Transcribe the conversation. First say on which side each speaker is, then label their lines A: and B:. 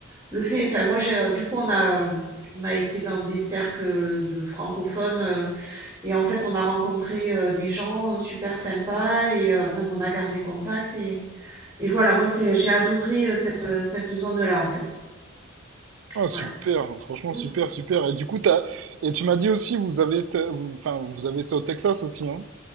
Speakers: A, on the right; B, on the right.
A: le fait, enfin moi j'ai euh, du coup on a on a été dans des cercles de francophones euh, et en fait on a rencontré euh, des gens super sympas et euh, même on a gardé contact et et voilà moi c'est j'ai adoré euh, cette euh, cette zone-là en fait.
B: Ah,
A: Ouais.
B: super, franchement,
A: Mm.
B: super, super. Et du coup, t'as, et tu m'as dit aussi, vous avez été, vous- enfin, vous avez été au Texas aussi, hein?